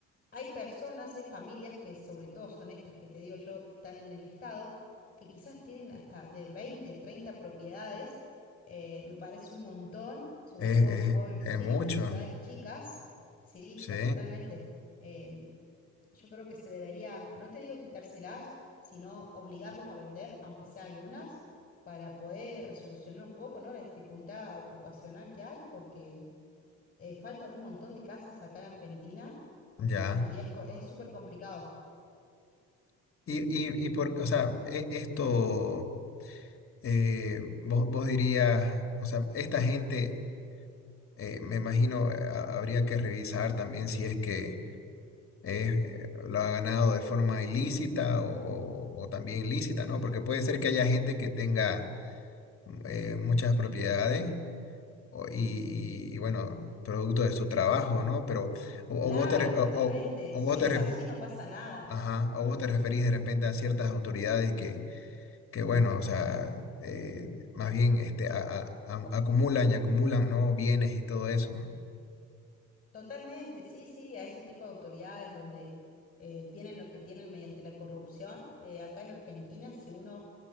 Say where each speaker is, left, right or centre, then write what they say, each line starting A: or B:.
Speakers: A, on the left (about 30°); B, on the left (about 45°).
A: Hay personas, hay familias que sobre todo son estas que te digo yo, que están en el estado, que quizás tienen hasta de 20, 30 propiedades. eh, me parece un montón, sobre
B: Es,
A: todo
B: es-
A: en pueblos
B: es
A: chicos,
B: mucho,
A: en ciudades chicas. Sí,
B: sí,
A: totalmente. Eh, yo creo que se debería, no te digo quitárselas, sino obligarlos a vender, aunque sea algunas, para poder resolucionar un poco, ¿no? La dificultad ocupacional que hay, porque eh, faltan un montón de casas acá en Argentina
B: ya.
A: y es, co- es súper complicado.
B: Y, y, y por, o sea, e- esto, eh, vos, vos dirías, o sea, esta gente Eh, me imagino eh, ha- habría que revisar también si es que eh, eh, lo ha ganado de forma ilícita o, o- o también lícita, ¿no? Porque puede ser que haya gente que tenga mm, eh, muchas propiedades o- y, y- y, bueno, producto de su trabajo, ¿no? Pero o,
A: Claro,
B: o vos te re-
A: totalmente.
B: o, o- o
A: Si
B: vos te
A: es
B: ref-
A: así, no pasa nada.
B: ajá, o vos te referís de repente a ciertas autoridades que, que bueno, o sea, eh, más bien este, a- a- a- acumulan y acumulan, ¿no? Bienes y todo eso, ¿no?
A: Totalmente, sí, sí, a ese tipo de autoridades donde eh, tienen lo que tienen mediante la corrupción. Eh, acá en Argentina, si uno,